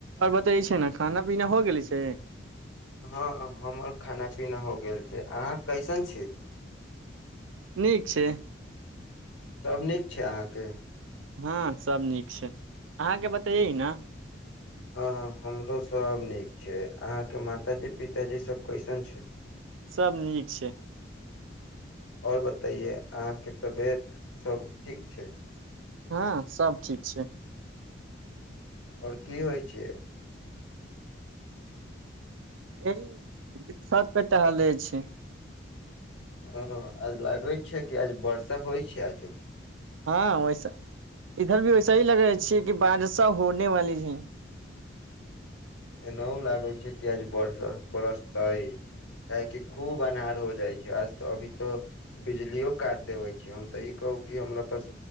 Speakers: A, on the right; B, on the left.
A: आओर बतैईये छै न खाना पीना हो गेल छै।
B: हँ हमर खाना पीना हो गेल छै, अहाँ कैसन छै।
A: नीक छै।
B: सभ नीक छै अहाँके।
A: हँ, सब नीक छै। अहाँके बतैयई न।
B: हँ हमरो सब नीक छै, अहाँके मातााजी-पिताजी सब कईसन छै।
A: सभ नीक छै।
B: आओर बतइयए, अहाँके तबियत सभ ठीक छै।
A: हँ, सभ ठीक छै।
B: आओर की होइ छै।
A: ई, छत पे टहलेई छै।
B: हँ, आज लागे छै कि आज वर्षा होइ छै आझू।
A: हँ, वैसा इधर भी वैसा ही लग रह छियै कि बारिश होने वाली है।
B: एनाहो लागै छै कि आज बरस बरसतै काहेकि खूब अन्हार हो जाइ छै, आज तऽ अभी तऽ बिजलिओ काटि देबै छै, हम तऽ ई कहू कि हमरा पास